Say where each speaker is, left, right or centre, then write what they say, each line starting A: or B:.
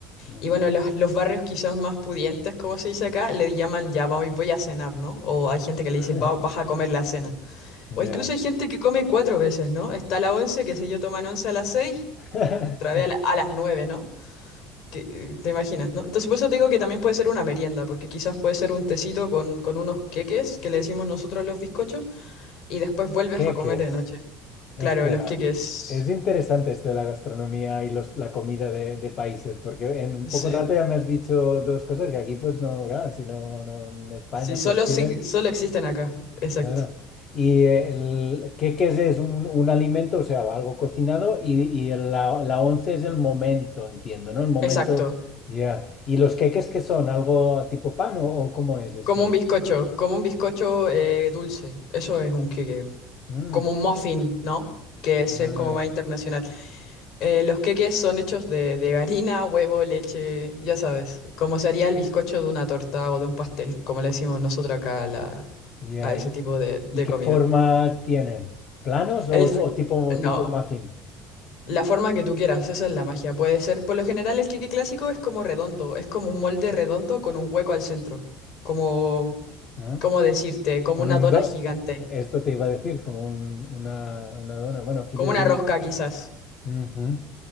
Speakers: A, on the left; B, on the left.
A: Ujú.
B: Y bueno, los, los barrios quizás más pudientes, como se dice acá, le llaman ya voy, voy a cenar, ¿no? O hay gente que
A: <laughs>
B: le dice "Va- vas a comer la cena.
A: Ya.
B: O incluso hay gente que come cuatro veces, ¿no? Está la once, que sé yo, toman once a las seis,
A: <laughs>
B: otra vez a, la- a las nueve, ¿no? que, eh, te imaginas, ¿no? Entonces por eso te digo que también puede ser una merienda, porque quizás puede ser un tecito con, con unos queques, que le decimos nosotros a los bizcochos, y después vuelves
A: ¿Qué,
B: a comer
A: qué es?
B: de noche.
A: Hostia,
B: Claro, los queques.
A: es interesante esto de la gastronomía y los, la comida de, de países, porque en un
B: Sí.
A: poco rato ya me has dicho dos cosas que aquí, pues no, claro, si no, no en España,
B: Sí, solo,
A: pues Chile.
B: si- solo existen acá. Exacto.
A: Claro. ¿Y el, qué, qué es? ¿Es un, un alimento, o sea, algo cocinado? Y, y el- la, la once es el momento, entiendo, ¿no? El momento,
B: Exacto.
A: ya. ¿Y los queques qué son? ¿Algo tipo pan o, o cómo es esto?
B: Como un bizcocho, como un bizcocho eh, dulce. Eso es un queque.
A: Mm,
B: Como un muffin, ¿no? Que ese
A: vale,
B: es como más internacional. Eh, los queques son hechos de, de harina, huevo, leche, ya sabes, como se haría el bizcocho de una torta o de un pastel, como le decimos nosotros acá a, la-
A: ya.
B: a ese
A: ¿Y,
B: tipo de, de
A: y qué
B: comida.
A: forma tienen? ¿Planos
B: El
A: o, o
B: fl-
A: tipo,
B: no,
A: tipo muffin?
B: la forma que tú quieras, esa es la magia. Puede ser, por lo general el queque clásico es como redondo, es como un molde redondo con un hueco al centro, como,
A: ¿Ah?
B: ¿cómo decirte? Como
A: Con
B: una
A: un
B: dona
A: do...
B: gigante,
A: Esto te iba a decir, como un- una, una dona. Bueno, aquí
B: como
A: le
B: una
A: decimos...
B: rosca quizás.
A: Ujú.